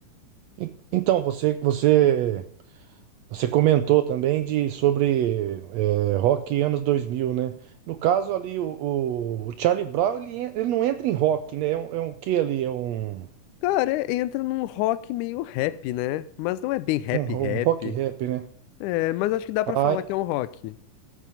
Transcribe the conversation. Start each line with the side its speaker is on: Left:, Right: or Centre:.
Right: E- Então, você, você Você comentou também de sobre eh, rock anos 2000, né? No caso ali, o, o- o Charlie Brown, ele, en- ele não entra em rock, né? É um, é um que ali? É um,
Left: Cara, é- entra num rock meio rap, né? Mas não é bem rap
Right: um,
Left: rap.
Right: um rock rap, né?
Left: É, mas acho que dá pra
Right: Ah,
Left: falar que é um rock.